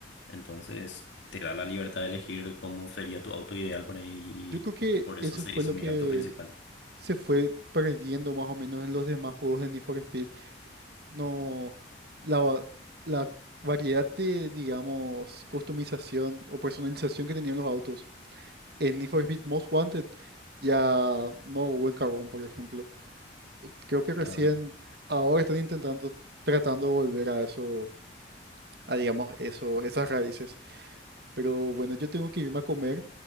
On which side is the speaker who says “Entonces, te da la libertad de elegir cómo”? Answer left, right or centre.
Left